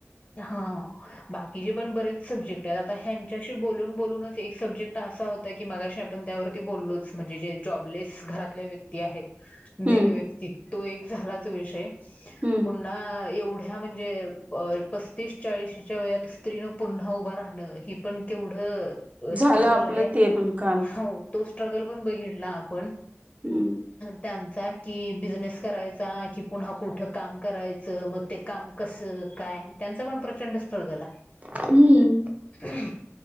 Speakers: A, on the left; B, on the right.
A: हो, बाकीचे पण बरेच, सब्जेक्ट येतात त, ह्यांच्याशी बोलून-बोलूनच, एक सब्जेक्ट असा होता, की मगाशी आपण त्यावर ते बोललोच, म्हणजे जे जॉबलेस घरातले, व्यक्ती आहेत
B: हम्म
A: मेन व्यक्ती, तो एक झालाच विषय,
B: हम्म
A: पुन्हा एवढ्या म्हण जे पत्तीस-चाळीशीच्या वयात, स्त्रीन पुन्हा उभं राहणं, हे पण, केवढं
B: झालं
A: स्ट्रगल
B: आपलं
A: ये.
B: ते पण काल
A: हो, तो स्ट्रगल पण बघितला, आपण.
B: <inaudible>
A: त्यांचा, कि बिझनेस करायचा, कि पुन्हा कुठं काम करायचं, मग ते काम कसं, काय त्यांच पण, प्रचंड स्ट्रगल हाय
B: हम्म